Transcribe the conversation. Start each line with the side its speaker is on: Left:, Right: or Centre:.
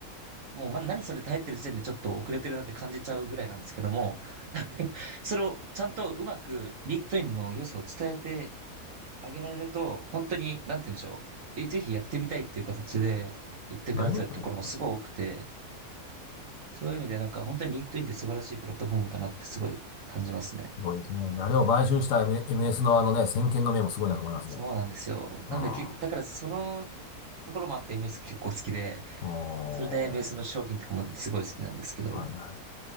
Right: もうま、何それって入ってる時点でちょっと遅れてるなって感じちゃうぐらいなんですけども、<laughs> それをちゃんとうまく、リンクトインの良さを伝えてあげられると、本当に、なんて言うんでしょう。え、ぜひやってみたいっていう形で言ってくださるところもすごい多くて、
Left: ありますよね。
Right: そういう意味でなんか本当にリンクトインって素晴らしいプラットフォームだなってすごい感じますね。
Left: すごいですね。あれを買収した M- MS のあのね、先見の明もすごいなと思いますね。
Right: そうなんですよ。なんで、
Left: ああ。
Right: け、だからそのところもあって MS 結構好きで、
Left: お
Right: それで MS の商品とかもすごい好きなんですけど、
Left: ー。はいは